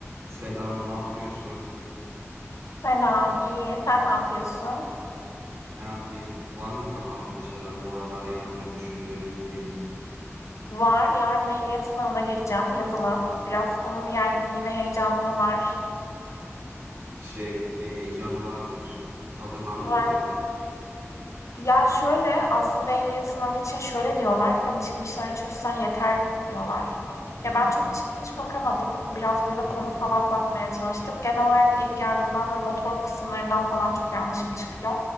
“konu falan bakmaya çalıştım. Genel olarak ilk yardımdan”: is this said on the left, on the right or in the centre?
Left